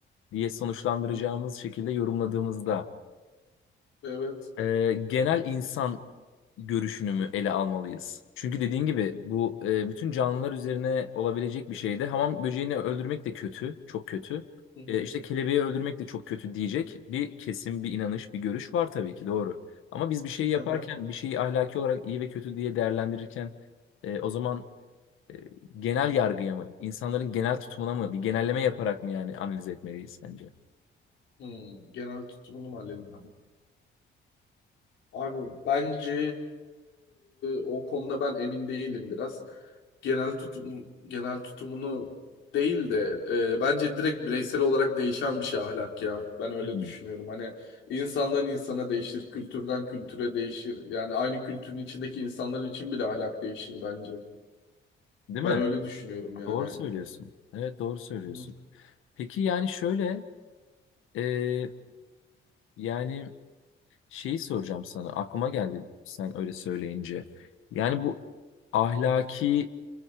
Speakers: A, on the left; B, on the left.
A: diye sonuçlandıracağımız
B: Hı.
A: şekilde yorumladığımızda
B: Evet.
A: e, genel insan görüşünü mü ele almalıyız? Çünkü dediğin gibi bu e, bütün canlılar üzerine olabilecek bir şey de. Hamam böceğini öldürmek de kötü, çok kötü.
B: Hı hı.
A: E, işte kelebeği öldürmek de çok kötü diyecek bir kesim, bir inanış, bir görüş var tabii ki doğru. Ama biz bir şeyi yaparken,
B: Aha.
A: bir şeyi ahlaki olarak iyi ve kötü diye değerlendirirken e, o zaman e, genel yargıya mı, insanların genel tutumuna mı, bir genelleme yaparak mı yani analiz etmeliyiz sence?
B: Hmm, Genel tutumunu mu halledin? Abi bence o konuda ben emin değilim biraz. Genel tutum genel tutumunu değil de e, bence direkt bireysel olarak değişen bir şey ahlak ya. Ben öyle
A: Hmm.
B: düşünüyorum. Hani insandan insana değişir, kültürden kültüre değişir. Yani aynı kültürün içindeki insanlar için bile ahlak değişir bence.
A: Değil
B: Ben
A: mi?
B: öyle düşünüyorum yani.
A: Doğru
B: Hı
A: söylüyorsun. Evet doğru söylüyorsun.
B: hı.
A: Peki yani şöyle e, yani şeyi soracağım sana aklıma geldi sen öyle söyleyince. Yani bu ahlaki